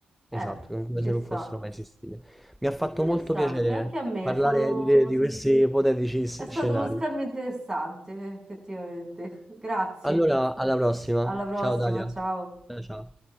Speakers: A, on the right; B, in the centre.
A: Eh,
B: esatto, come
A: ci
B: se
A: sta.
B: non fossero mai esistite. Mi ha fatto
A: Interessante,
B: molto piacere
A: anche a me
B: parlare
A: è stato uno,
B: di, di questi ipotetici s-
A: è stato
B: scenari.
A: uno scambio interessante, effettivamente. <laughs> Grazie,
B: Allora, alla prossima.
A: alla prossima,
B: Ciao Dalia.
A: ciao.
B: Ciao ciao.